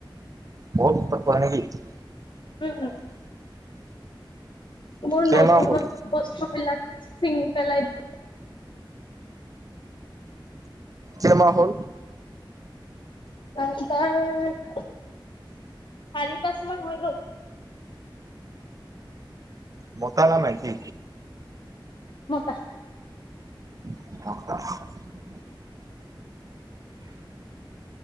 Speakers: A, on the right (about 40°); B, on the left (about 65°).
A: বহুত উৎপাত কৰে নেকি?
B: উম মোৰ
A: কেইমাহ
B: নতুন
A: হ'ল
B: নতুন বস্তু বিলাক ছিঙি পেলাই দিয়ে।
A: কেইমাহ হ'ল?
B: এ তাৰ চাৰি পাঁচ মাহ হৈ গ'ল।
A: মতা না মাইকী?
B: মতা।
A: <unintelligible>